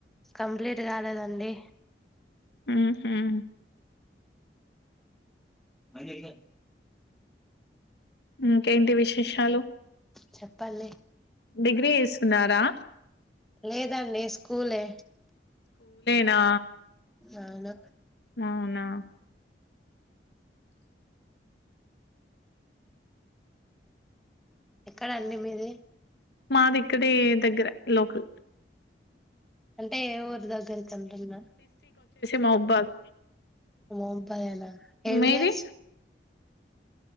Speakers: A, in the centre; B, on the left.
A: కంప్లీట్ కాలేదండి
B: ఉ హ్మ్
A: <unintelligible>
B: ఇంకేంటి విశేషాలు
A: చెప్పండి
B: డిగ్రీ చేస్తూన్నారా
A: లేదండి స్కూలే
B: నా
A: అవును
B: అవునా
A: ఎక్కడ అండి మీది
B: మాది ఇక్కడే దగ్గర లోకల్
A: అంటే ఎ ఊర్ దగ్గర్క్ అంటున్నా
B: మొహబ్బాద్
A: మోహన్బాద్ ఎ నా ఏ
B: మీది
A: విలేజ్